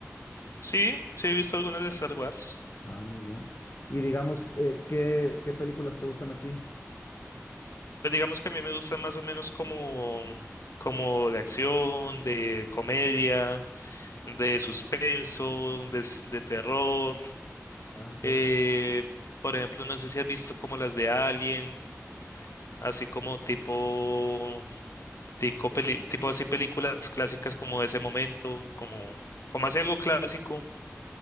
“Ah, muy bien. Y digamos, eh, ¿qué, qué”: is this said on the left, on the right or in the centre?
Left